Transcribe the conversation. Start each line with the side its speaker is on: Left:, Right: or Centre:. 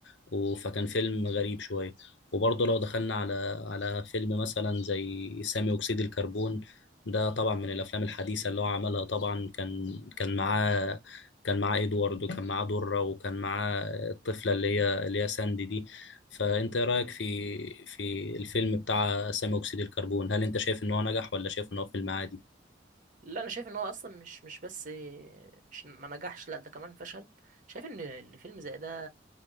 Left: و- فكان فيلم غريب شويه وبرضه لو دخلنا على على فيلم مثلا زي سامي أكسيد الكربون ده طبعا من الأفلام الحديثة اللي هو عملها طبعا كان كان معاه كان معاه إدوارد وكان معاه درة وكان معاه الطفلة اللي هي اللي هي ساندي دي فأنت إيه رأيك في في الفيلم بتاع سامي أكسيد الكربون هل أنت شايف إن هو نجح ولا شايف إن هو فيلم عادي؟
Right: لا انا شايف ان هو اصلا مش مش بس مش ما نجحش لا ده كمان فشل شايف ان ان فيلم زي ده